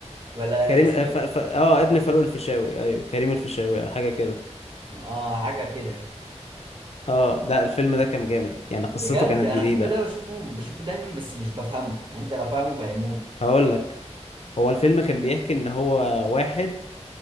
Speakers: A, on the right; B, on the left.
A: ولا
B: كريم
A: اسمه
B: اه ف...
A: إيه؟
B: ف... اه ابن فاروق الفيشاوي ايوه كريم الفيشاوي حاجة كده
A: اه حاجة كده
B: اه لا الفيلم ده كان جامد يعني قصته
A: بجد
B: كانت
A: انا
B: جديدة
A: الفيلم ده بشوفه بشوفه دايما بس مش بفهمه يعني انت لو فاهمه فهموني
B: هقول لك هو الفيلم كان بيحكي ان هو واحد